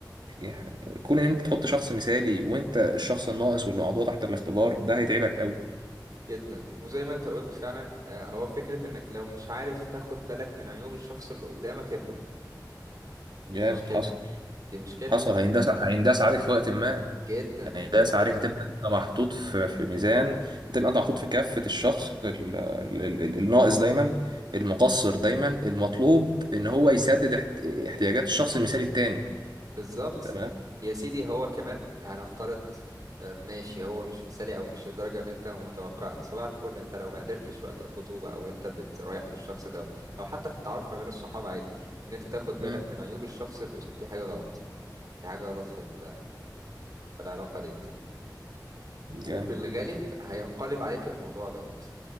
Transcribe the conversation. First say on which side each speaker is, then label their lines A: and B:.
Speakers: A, on the right; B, on the right.
A: يعني كون ان انت تحط شخص مثالي وانت الشخص الناقص واللي موضوع تحت الاختبار ده هيتعبك قوي
B: جدا وزي ما انت قلت فعلا آه، هو فكرة انك لو مش عارف تاخد بالك من عيوب الشخص اللي قدامك اهرب
A: يا
B: دي مشكلة
A: حصل
B: دي مشكلة
A: حصل هينداس هينداس عليك في وقت ما
B: جدا
A: يعني داس عليك هتبقى انت محطوط في في ميزان هتبقى انت محطوط في كافة الشخص ال- ال- ال- الناقص دايما المقصر دايما المطلوب ان هو يسدد احت- احتياجات الشخص المثالي التاني
B: بالظبط
A: تمام
B: يا سيدي هو كمان هنفترض آه، ماشي هو مش مثالي او مش للدرجه اللي انت متوقعها صباح الفل انت لو ما قدرتش وقت الخطوبه او انت بت- رايح للشخص دوت او حتى في التعارف ما بين الصحاب عادي ان انت تاخد بالك
A: مم.
B: من عيوب الشخص اللي قص- في حاجه غلط في حاجه غلط في ال- في العلاقه ديت
A: جامد
B: وفي الغالب هينقلب عليك الموضوع دوت